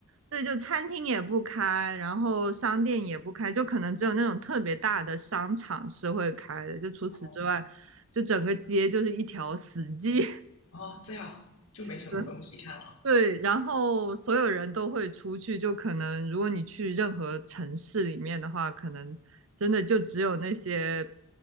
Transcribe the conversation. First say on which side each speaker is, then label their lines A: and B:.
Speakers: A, on the right; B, on the left.
A: 对，就餐厅也不开，然后商店也不开，就可能只有那种特别大的商场是会开的，就除此之外，
B: 哦，
A: 就整个街就是一条死街。
B: 哦，这样就没什么东西看了。
A: <laughs> 对，然后所有人都会出去，就可能如果你去任何城市里面的话，可能真的就只有那些